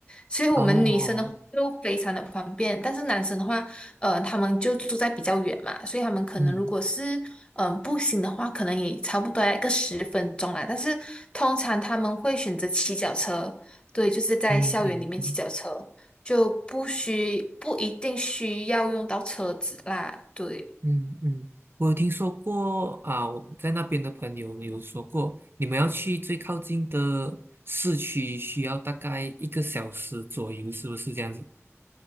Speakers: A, on the left; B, on the right.
A: 所以我们女生的话就非常的方便。
B: 哦哦
A: 但是男生的话，呃，他们就住在比较远嘛，所以他们可能如果是嗯、
B: 嗯
A: 呃步行的话，可能也差不多要一个十分钟啦。但是通常他们会选择骑脚车。对，就是在校园里面骑脚车，
B: 嗯嗯嗯
A: 就不需不一定需要用到车子啦。对，
B: 嗯嗯，我有听说过啊，我在那边的朋友有说过，你们要去最靠近的市区需要大概一个小时左右，是不是这样子？